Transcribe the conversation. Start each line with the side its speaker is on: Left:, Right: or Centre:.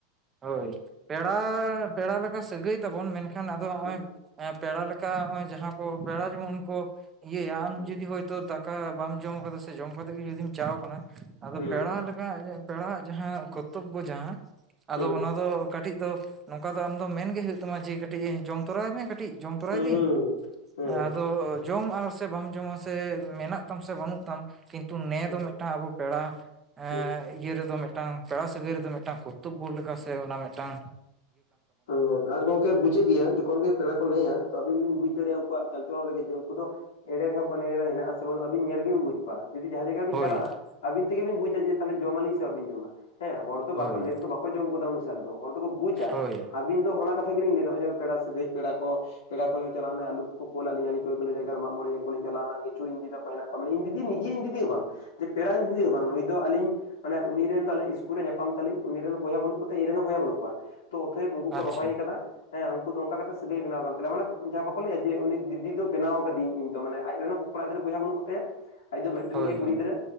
Right: ᱦᱳᱭ, ᱯᱮᱲᱟ ᱯᱮᱲᱟ ᱞᱮᱠᱟ ᱥᱟᱹᱜᱟᱹᱭ ᱛᱟᱵᱚᱱ, ᱢᱮᱱᱠᱷᱟᱱ ᱟᱫᱚ ᱱᱚᱜᱼᱚᱭ
Left: ᱦᱩᱸ
Right: ᱮᱸ ᱯᱮᱲᱟ ᱞᱮᱠᱟ ᱱᱚᱜᱚᱭ ᱡᱟᱦᱟᱸ ᱠᱚ ᱯᱮᱲᱟ ᱡᱮᱢᱚᱱ ᱠᱚ ᱤᱭᱟᱹᱭᱟ ᱟᱢ
Left: ᱦᱩᱸ
Right: ᱡᱩᱫᱤ ᱦᱳᱭᱼᱼ ᱛᱚ ᱫᱟᱠᱟ ᱵᱟᱢ ᱡᱚᱢ ᱠᱟᱫᱟ ᱥᱮ, ᱡᱚᱢ ᱠᱟᱛᱮᱜ ᱜᱮ ᱡᱩᱫᱤᱢ ᱪᱟᱣ ᱠᱟᱱᱟ, ᱟᱫᱚ
Left: ᱦᱩᱸ
Right: ᱯᱮᱲᱟ ᱞᱮᱠᱟ ᱯᱮᱲᱟᱣᱟᱜ ᱡᱟᱦᱟᱸ, ᱠᱚᱨᱛᱚᱵᱽᱵᱚ ᱡᱟᱦᱟᱸ ᱟᱫᱚ
Left: ᱦᱩᱸ
Right: ᱚᱱᱟ ᱫᱚ ᱠᱟᱹᱴᱤᱡ ᱫᱚ ᱱᱚᱝᱠᱟ ᱫᱚ ᱟᱢ ᱫᱚ, ᱢᱮᱱᱜᱮ ᱦᱳᱭᱳᱜ ᱛᱟᱢᱟ ᱡᱮ, ᱠᱟᱹᱴᱤᱡ ᱡᱚᱢ ᱛᱚᱨᱟᱭ ᱢᱮ? ᱠᱟᱴᱤᱡ ᱡᱚᱢᱛᱚᱨᱟᱭ
Left: ᱦᱩᱸ
Right: ᱵᱤᱱ?
Left: ᱦᱩᱸ ᱦᱩᱸ ᱦᱩᱸ
Right: ᱟᱫᱚ ᱡᱚᱢ ᱟᱢ ᱥᱮ, ᱵᱟᱢ ᱡᱚᱢᱟ ᱥᱮ, ᱢᱮᱱᱟᱜ ᱛᱟᱢ ᱥᱮ, ᱵᱟᱹᱱᱩᱜ ᱛᱟᱢ ᱠᱤᱱ ᱛᱩ ᱱᱮ
Left: ᱦᱩᱸ
Right: ᱫᱚ ᱢᱤᱜᱴᱟᱝ ᱟᱵᱚ ᱯᱮᱲᱟ, ᱮᱸ
Left: ᱦᱩᱸ
Right: ᱤᱭᱟᱹ ᱨᱮᱫᱚ ᱢᱤᱜᱴᱟᱝ ᱯᱮᱲᱟ ᱥᱟᱹᱜᱟᱹᱭ ᱨᱮᱫᱚ ᱢᱤᱫᱴᱟᱝ ᱠᱳ ᱛᱩᱯᱩ ᱞᱮᱠᱟ ᱥᱮ ᱚᱱᱟ ᱢᱤᱜᱴᱟᱝ
Left: ᱦᱸ, ᱟᱨ ᱜᱚᱝ ᱜᱮ ᱵᱩᱡᱷᱟᱹ ᱜᱮᱭᱟ, ᱡᱚᱠᱷᱚᱱ ᱜᱮ ᱯᱮᱲᱟ ᱠᱚ ᱱᱮᱭᱟ, ᱛᱚ ᱟᱵᱤᱱ ᱵᱤᱱ ᱵᱩᱡ ᱫᱟᱲᱮᱭᱟ ᱩᱱᱠᱩᱣᱟᱜ ᱪᱟᱞ ᱪᱚᱞᱚᱱ ᱨᱮᱜᱮ, ᱡᱮ ᱩᱱᱠᱩ ᱫᱚ ᱮᱲᱮ ᱨᱮᱦᱚᱸ ᱠᱚ ᱞᱟᱹᱭᱟᱫᱟ ᱦᱮᱱᱟᱜᱼᱟ, ᱥᱮ ᱵᱟᱹᱱᱩᱜᱼᱟ ᱟᱹᱵᱤᱱ ᱧᱮᱞ ᱨᱮᱜᱮᱵᱤᱱ ᱵᱩᱡ᱾ ᱵᱟ ᱡᱩᱫᱤ ᱡᱟᱦᱟᱸ ᱡᱟᱭᱜᱟ ᱵᱤᱱ
Right: ᱦᱳᱭ
Left: ᱪᱟᱞᱟᱜᱼᱟ ᱟᱵᱤᱱ ᱛᱮ ᱜᱮ ᱵᱤᱱ ᱵᱩᱡᱟ ᱡᱮ ᱛᱟᱦᱚᱞᱮ ᱡᱚᱢ ᱟᱹᱞᱤᱧ ᱥᱮ ᱵᱟᱵᱤᱱ ᱡᱚᱢᱟ ᱦᱮᱸ ᱦᱚᱲ ᱫᱚ ᱵᱟᱠᱚ
Right: ᱦᱳᱭ
Left: ᱱᱮ ᱨᱮᱫᱚ ᱵᱟᱠᱚ ᱡᱚᱢ ᱜᱚᱫᱟ, ᱩᱱᱩᱜ ᱩᱥᱟᱹᱨᱟ ᱫᱚ ᱦᱚᱲ ᱫᱚᱠᱚ ᱵᱩᱡᱟ᱾
Right: ᱦᱳᱭ᱾
Left: ᱟᱹᱵᱤᱱ ᱫᱚ ᱚᱱᱟ ᱠᱟᱛᱷᱟ ᱜᱮᱞᱤᱧ ᱞᱟᱹᱭᱫᱟ, ᱱᱚᱜ ᱚᱭ ᱯᱮᱲᱟ ᱥᱟᱹᱜᱟᱹᱭ, ᱯᱮᱲᱟ ᱠᱚ ᱯᱮᱲᱟ ᱠᱚ ᱡᱮ ᱪᱟᱞᱟᱣᱱᱟ ᱟᱞᱩ ᱠᱚᱠᱚ ᱠᱳᱞᱟᱜ ᱞᱤᱧᱟ ᱠᱚ <unintelligible> ᱡᱟᱭᱜᱟ ᱨᱮ ᱢᱟᱜ ᱢᱚᱬᱮ ᱧᱮᱞ ᱠᱚᱞᱤᱧ ᱪᱟᱞᱟᱣᱱᱟ ᱠᱤᱪᱷᱩ ᱤᱧ ᱫᱤᱫᱟ ᱛᱟᱠᱚ ᱦᱮᱱᱟᱜ ᱠᱚᱣᱟ ᱢᱟᱱᱮ ᱤᱧ ᱫᱤᱫᱤ ᱱᱤᱡᱮ ᱤᱧ ᱫᱤᱫᱤ ᱦᱚᱸ ᱵᱟᱝᱼᱼ ᱡᱮ ᱯᱮᱲᱟ ᱤᱧ ᱫᱤᱫᱤ ᱦᱚᱸ ᱵᱟᱝ, ᱱᱩᱭ ᱫᱚ ᱟᱞᱤᱧ ᱢᱟᱱᱮ ᱩᱱᱤ ᱨᱮᱱ ᱫᱚ ᱟᱞᱤᱧ ᱤᱥᱠᱩᱞ ᱨᱮ ᱧᱟᱯᱟᱢ ᱛᱟᱹᱞᱤᱧ, ᱩᱱᱤ ᱨᱮᱱ ᱵᱚᱭᱟ ᱵᱟᱹᱱᱩᱜ ᱤᱧᱮᱱ ᱦᱚᱸ ᱵᱚᱭᱦᱟ ᱵᱟᱹᱱᱩᱜ ᱠᱚᱣᱟ, ᱛᱚ ᱚᱛᱷᱚᱭᱮᱵ ᱩᱱᱠᱩ
Right: ᱟᱪᱪᱷᱟ
Left: ᱠᱚ ᱨᱚᱦᱚᱭ ᱠᱟᱫᱟ᱾ ᱦᱮᱸ ᱩᱱᱠᱩ ᱫᱚ ᱚᱱᱠᱟ ᱠᱟᱛᱮᱜ ᱥᱟᱹᱜᱟᱹᱭ ᱵᱮᱱᱟᱣ ᱠᱟᱱ ᱛᱟᱞᱮᱭᱟ, ᱢᱟᱱᱮ ᱡᱟᱦᱟᱸᱭ ᱵᱟᱠᱚ ᱞᱟᱹᱭᱟ ᱡᱮ ᱩᱱᱤ ᱫᱤᱫᱤ ᱫᱚ ᱵᱮᱱᱟᱣ ᱠᱟᱫᱤᱭᱟᱹᱧ ᱤᱧ ᱫᱚ ᱢᱟᱱᱮ ᱟᱡ ᱨᱮᱱ ᱠᱚᱲᱟ ᱜᱤᱫᱽᱨᱟᱹ ᱵᱚᱭᱦᱟ ᱵᱟᱹᱱᱩᱜ ᱠᱚᱛᱟᱭᱟ, ᱟᱡ ᱫᱚ ᱢᱤᱫᱴᱮᱱ
Right: ᱦᱳᱭ
Left: ᱜᱮ ᱠᱩᱲᱤ
Right: ᱦᱳᱭ
Left: ᱜᱤᱫᱽᱨᱟᱹ,